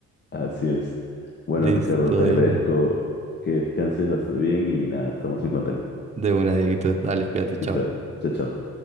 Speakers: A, on the left; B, on the right.
A: Así es. Bueno,
B: Listo,
A: Ricardo, te
B: Diego.
A: agradezco que descanses bastante bien y nada, estamos en contacto.
B: De una, Dieguito. Dale, cuídate, chao.
A: Y ta- chao, chao.